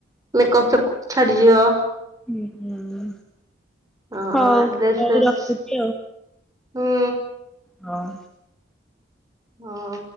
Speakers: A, on the right; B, in the centre.
A: ମେକପ୍ ଫେକପ୍ ଛାଡିଯିବ।
B: ହୁଁ ହୁଁ।
A: ହଁ
B: ହଉ
A: ଡ୍ରେସ
B: ହଉ
A: ଫ୍ରେସ୍,
B: ରଖୁଛି
A: ହୁଁ।
B: ହଁ।
A: ହଁ।